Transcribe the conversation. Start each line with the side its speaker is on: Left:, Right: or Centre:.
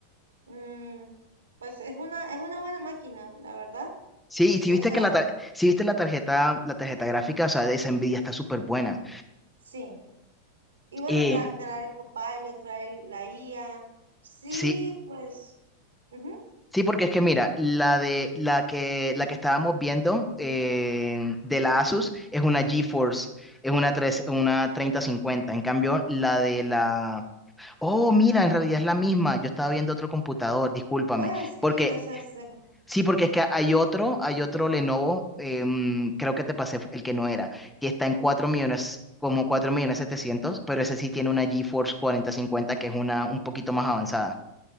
Right: Mm, pues es una, es una buena máquina, la verdad.
Centre: Sí,
Right: S-
Centre: y si viste
Right: O sea,
Centre: que la, tar- sí viste la tarjeta, la tarjeta gráfica, o sea, esa Nvidia está súper buena.
Right: sí. Y bueno,
Centre: Eh,
Right: tra- trae, el Copilot, trae el- la IA. Sí,
Centre: sí,
Right: pues, ujú,
Centre: sí, porque es que mira, la de la que la que estábamos viendo eh, de la Asus es una GeForce, es una tres, una treinta cincuenta. En cambio, la de la Oh, mira, en realidad es la misma. Yo estaba viendo otro computador, discúlpame.
Right: Te iba a decir,
Centre: Porque,
Right: o sea, es, es-
Centre: sí, porque es que hay otro, hay otro Lenovo, em, creo que te pasé el que no era, que está en 4 millones, como 4 millones 700, pero ese sí tiene una GeForce cuarenta cincuenta, que es una un poquito más avanzada.